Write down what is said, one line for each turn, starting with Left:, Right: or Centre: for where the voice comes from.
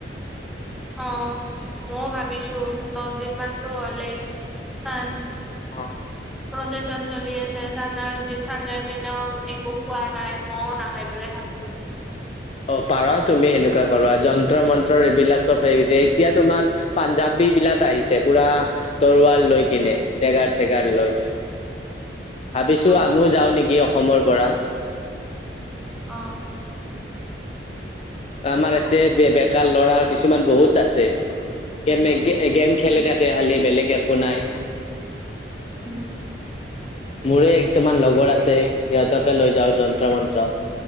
Centre: অ, ময়ো ভাবিছো দছদিন মানতো হলে চান।
Left: অ।
Centre: প্ৰচেচন চলি আছে চানা <unintelligible> দিনাও একো খোৱা নাই মইও নাখাই পেলাই থাকো নি।
Left: অ পাৰা তুমি সেনেকুৱা কৰিবা যন্তৰ - মন্তৰ এইবিলাক চব হৈ গৈছে এতিয়া তোমাৰ পাঞ্জাবীবিলাক আহিছে পুৰা তৰোৱাল লৈ কিনে, ডেগাৰ - চেগাৰ লৈ।
Centre: <inaudible>
Left: ভাবিছো
Centre: অ',
Left: আমিও যাওঁ নেকি অসমৰ পৰা?
Centre: অ
Left: আমাৰ ইয়াতে বে বেকাৰ ল'ৰা কিছুমান বহুত আছে গেমে এ গেম খেলি
Centre: উম,
Left: থাকে খালি বেলেগ একো নাই
Centre: উম,
Left: মোৰে কিছুমান লগৰ আছে সিহঁতকে লৈ যাও যন্তৰ মন্তৰত